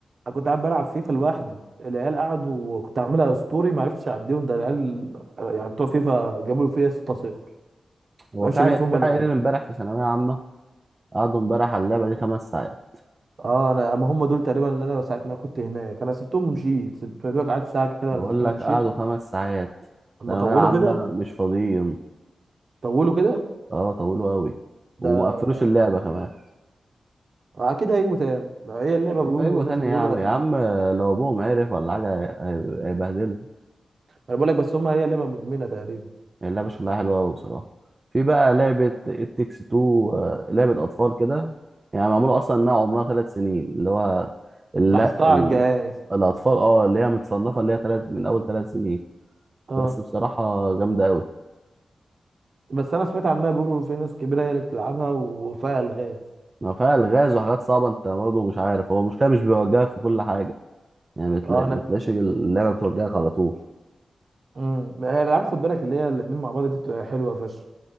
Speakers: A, on the right (about 50°); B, on the right (about 30°).
A: انا كنت قاعد بلعب فيفا لوحدي العيال قعدوا وكنت عاملها اسطوري ما عرفتش اعديهم ده العيال يعني بتوع فيفا جابوا فيها 6-0
B: هو
A: ما عرفتش
B: في عي-
A: اجيب فيهم
B: في
A: ولا
B: عيلين
A: جول
B: امبارح في ثانوية عامة قعدوا امبارح على اللعبة دي خمس ساعات
A: اه انا اما هم دول تقريبا اللي انا ساعه ما كنت هناك انا سبتهم ومشيت سبت دوك قعدت ساعه كده
B: بقول
A: ولا ساعتين
B: لك
A: ومشيت
B: قعدوا خمس ساعات
A: اما
B: ثانوية
A: طولوا
B: عامة
A: كده
B: مش فاضيين
A: طولوا كده
B: اه طولوا أوي وما
A: ده
B: قفلوش اللعبة كمان
A: اكيد هيجوا تاني ده هي اللعبه بيقولوا
B: اما يجوا
A: والناس
B: تاني
A: بيقولوا
B: يا عم
A: ادمنوا
B: يا عم لو ابوهم عرف ولا حاجه هي- هيبهدلوا
A: انا بقول لك بس هم هي لعبه مدمنه تقريبا
B: اللعبه شكلها حلوه قوي بصراحه في بقى لعبه التكس 2 آه، لعبه اطفال كده يعني معموله اصلا انها عمرها ثلاث سنين اللي هو لا
A: لاحظتها على
B: ال...
A: الجهاز
B: الاطفال اه اللي هي متصنفه اللي هي ثلاث من اول ثلاث سنين
A: اه
B: بس بصراحه جامده قوي
A: بس انا سمعت عنها بيقولوا في ناس كبيره هي اللي بتلعبها وفيها الغاز
B: ما فيها الغاز وحاجات صعبه انت برضه مش عارف هو المشكله مش بيوجهك في كل حاجه يعني بتلاقي
A: اه انا
B: بتلاقيش اللعبه بتوجهك على طول
A: امم الالعاب خد بالك اللي هي الاثنين مع بعض دي بتبقى حلوه فشخ